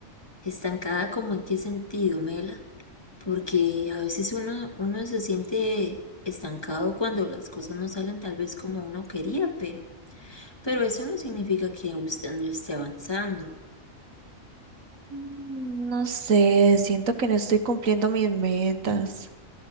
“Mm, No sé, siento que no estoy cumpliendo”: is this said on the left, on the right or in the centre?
Right